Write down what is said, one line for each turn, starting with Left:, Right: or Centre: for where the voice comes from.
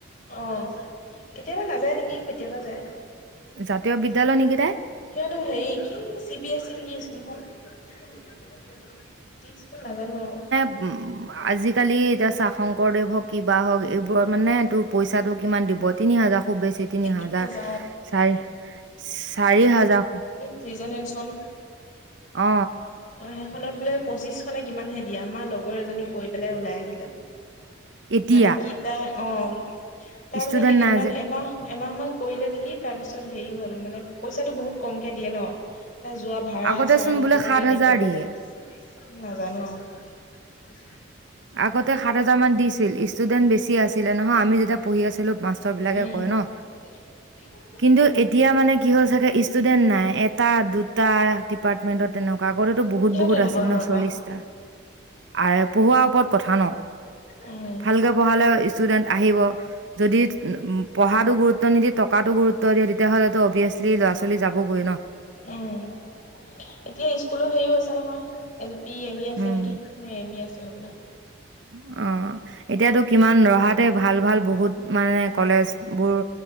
Left: অ কেতিয়াবা নাযায় নেকি কেতিয়াবা যায়।
Right: জাতীয় বিদ্যালয় নেকি তাই
Left: সিহঁতৰ হেৰি কি চি বি এছ ই নেকি স্কুলখন কি স্কুল নাজানো আৰু
Right: উম উম আজিকালি এতিয়া চা শংকৰদেৱ হওক কিবা হওক এইবোৰত মানে তোৰ পইচাটো কিমান দিব তিনি হাজাৰ খুব বেছি তিনি
Left: আৰু
Right: হাজাৰ
Left: নাযাও
Right: চাৰি চাৰি হাজাৰ
Left: ফ্ৰিজেনচন
Right: অ
Left: অ সেইখনত বোলে পঁচিচশ খনে কিমানহে দিয়া আমাৰ লগৰ এজনী কৰি পেলাই ওলাই আহিলে
Right: এতিয়া
Left: মানে কি তাই অ তাই
Right: ষ্টুডেন্ট
Left: মানে কেইদিনমান
Right: নাই যে
Left: এমাহ এমাহ মান কৰিলে নেকি তাৰ পিছত হেৰি হ'ল মানে পইচাটো বহুত কমকে দিয়ে ন তাই যোৱা ভাড়া
Right: আগতে
Left: চাৰা
Right: চোন
Left: সেইবোৰতে
Right: বোলে সাত
Left: নাইকিয়া
Right: হাজাৰ
Left: হৈ
Right: দিয়ে
Left: যায় নাজানো আও
Right: আগতে সাত হাজাৰমান দিছিল ষ্টুডেন্ট বেছি আছিলে নহয় আমি যেতিয়া পঢ়ি আছিলো মাষ্টৰ বিলাকে
Left: উম
Right: কয় ন
Left: <inaudible>
Right: কিন্তু এতিয়া মানে কি হ'ল চাগে ষ্টুডেন্ট নাই এটা দুটা ডিপাৰ্টমেন্টত তেনেকুৱা আগতেতো বহুত
Left: কিয়
Right: বহুত
Left: তেনেকুৱা
Right: আছিল।
Left: হ'ল
Right: ন চল্লিশটা
Left: বা
Right: আৰু পঢ়োৱা কত কথা ন
Left: উম
Right: ভালকে পঢ়ালে ইস্তোদেন আহিব যদি পঢ়াটো গৰুত্ব নিদি টকাটো গুৰুত্ব দিয়ে তেতিাহ'লেতো অভিএছলি ল'ৰা ছোৱী যাবগৈ ন
Left: উম এতিয়া স্কুলো হেৰি হৈছে নহয় এল পি এম ই আছে
Right: উম।
Left: নেকি এমি আছে হবলা
Right: উম এতিয়াতো কিমান ৰহাতে ভাল ভাল বহুত আমাৰ ইয়াৰ কলেজ বোৰ